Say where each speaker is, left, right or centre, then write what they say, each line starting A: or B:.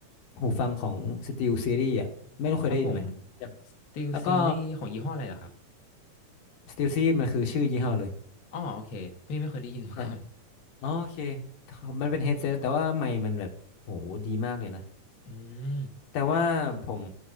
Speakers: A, on the left (about 85°); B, on the left (about 65°).
A: หูฟังของ SteelSeries อ่ะไม่รู้เคยได้ยินไหมครับ
B: ครับผมสต e l
A: แล้วก็
B: ซีรีส์ของยี่ห้ออะไรเหรอครับ
A: SteelSeries มันคือชื่อยี่ห้อเลย
B: อ๋อโอเคพี่ไม่เคยได้ยินมาก่อน
A: ใช่อ๋อโอเคมันเป็นเฮดเซตแต่ว่าไมค์มันแบบโหดีมากเลยนะ
B: <laughs> อืม
A: แต่ว่าผม